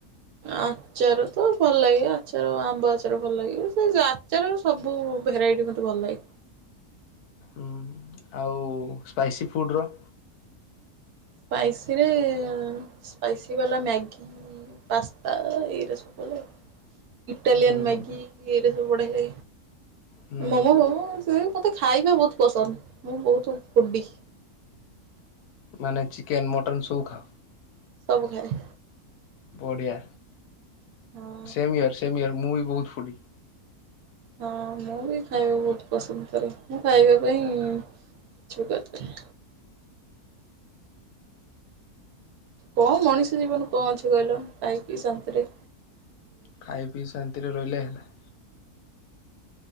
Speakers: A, on the right; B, on the left.
A: ଆଚାର ତ ଭଲ ଲାଗେ ଆଚାର ଆମ୍ବ ଆଚାର ଭଲ ଲାଗେ ସେ ଆଚାର ସବୁ ଭେରାଇଟି ମୋତେ ଭଲ ଲାଗେ
B: ହ ଆଉ ସ୍ପାଇସି ଫୁଡ଼୍ରର
A: ସ୍ପାଇସିରେ ସ୍ପାଇସି ବାଲା ମ୍ୟାଗି ପାସ୍ତା ଏଇରା ସବୁ ଭଲ ଲାଗେ। ଇଟାଲିିୟନ୍
B: ହୁଁ
A: ମ୍ୟାଗି। ପଡ଼ିଲ।
B: ହୁଁ
A: ମାମ ବାବୁ ଅସ। ମତେ ଖାଇବା ବହୁତ ପସନ୍ଦ ମୁଁ ବହୁତ ଫୁଡି।
B: ମାନେ ଚିକେନ୍ ମଟନ୍ ସଖା।
A: ସବୁ ଖରେ।।
B: କଡ଼ିଆ।
A: ହଁ।
B: ସେମୟର ସେମୟର। ମୁଁ ବି ବହୁତ ଫୁଟି।
A: ହଁ ମୁଁ ବି ଖାଇବାକୁ ବହୁତ ପସନ୍ଦ କରେ ମୁଁ ଖାଇବା ପାଇଁ କିଛି ବି କରିଥା। କଣ ମଣିଷ ଜୀବନ କଣ ଅଛି କହିଲ କାହିଁକି ଶାନ୍ତିରେ
B: ଖାଇ ପିଇ ଶାନ୍ତିରେ ରହିଲେ ହେଲେ।